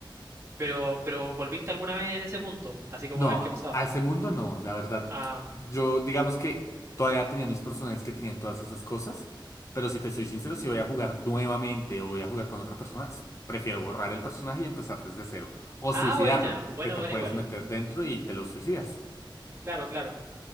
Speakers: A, on the right; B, on the left.
A: Pero, pero ¿volviste alguna vez en ese punto? Así como
B: No,
A: a ver qué pasaba.
B: a ese mundo no, la verdad.
A: Ah,
B: Yo, digamos que todavía tenía mis personajes que tenían todas esas cosas, pero si te soy sincero, si voy a jugar nuevamente o voy a jugar con otra persona, s- prefiero borrar el personaje y empezar desde cero. O
A: ah,
B: suicidarlo,
A: bueno, bueno,
B: que te
A: bueno,
B: puedes
A: igual.
B: meter dentro y te lo suicidas.
A: Claro, claro.